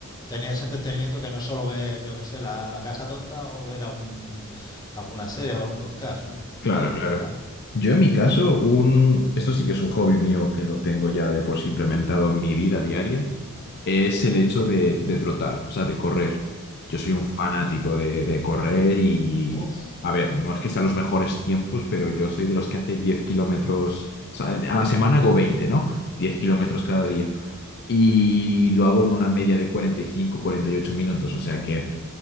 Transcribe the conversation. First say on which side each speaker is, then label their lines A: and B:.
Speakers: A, on the left; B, on the left.
A: tenía ese entretenimiento que no es solo ver, yo qué sé, la, la caja tonta o ver algún, alguna serie o algún podcast, ¿no?
B: Claro,
A: ¿Qué,
B: claro.
A: qué tal?
B: Yo en mi caso, un... esto sí que es un hobby mío que lo tengo ya de por sí implementado en mi vida diaria, es el hecho de, de trotar, o sea, de correr. Yo soy un fanático de, de correr y...
A: Puf.
B: A ver, no es que sean los mejores tiempos, pero yo soy de los que hace 10 kilómetros, o sea, a la semana hago veinte ¿no? diez kilómetros cada día. y lo hago en una media de cuarenta cuarenta y cinco cuarenta y ocho minutos. O sea que